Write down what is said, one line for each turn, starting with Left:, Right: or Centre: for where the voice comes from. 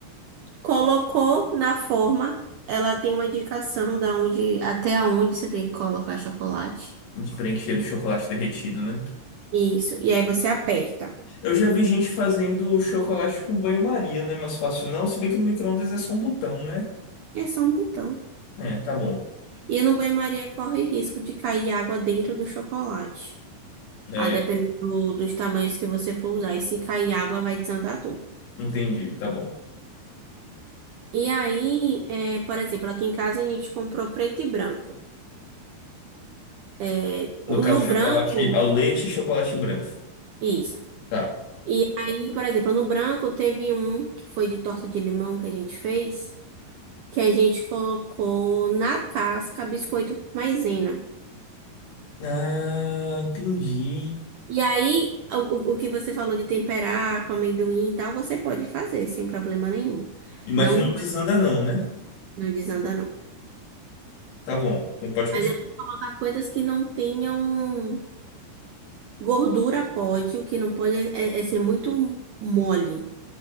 Right: Colocou na forma, ela tem uma indicação da onde, até aonde você tem que colocar chocolate.
Left: De preencher do chocolate derretido, né?
Right: Isso. E aí você aperta.
Left: Eu já vi gente fazendo chocolate com banho-maria, né? Mais fácil não. Se bem que no micro-ondas é só um botão, né?
Right: É só um botão.
Left: É, tá bom.
Right: E no banho-maria corre risco de cair água dentro do chocolate.
Left: É,
Right: A depender do- dos tamanhos que você for usar. E se cair água, vai desandar tudo.
Left: entendi, tá bom.
Right: E aí, é, por exemplo, aqui em casa a gente comprou preto e branco. É,
Left: No
Right: o-
Left: caso,
Right: no
Left: chocolate
Right: branco,
Left: ao leite e chocolate branco.
Right: isso.
Left: Tá.
Right: E aí, por exemplo, no branco teve um que foi de torta de limão que a gente fez. que a gente colocou na casca biscoito maisena.
Left: Ah, entendi.
Right: E aí, o, o que você falou de temperar com amendoim e tal, você pode fazer sem problema nenhum.
Left: Mas
Right: Não,
Left: não
Right: vai-
Left: desanda não, né?
Right: não desanda, não.
Left: Tá bom. Não pode continuar.
Right: Mas é bom colocar coisas que não tenham gordura, pode. O que não pode é, é é ser muito mole